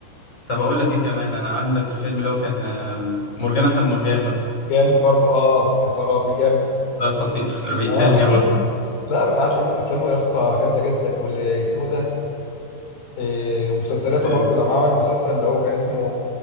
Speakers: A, on the left; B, on the left.
A: طب اقول لك ايه كمان انا عندك الفيلم اللي هو كان آه، مرجان احمد مرجان مثلا
B: جامد برضه اه يا خرابي جامد
A: ده خطير <laughs> بيقتلني
B: اه
A: برضه
B: <laughs> لا قعد لي افلامه يا اسطى جامدة جدا واللي اسمه إيه ده إيه ومسلسلاته
A: إيه.
B: برضه لما عمل مسلسل اللي هو كان اسمه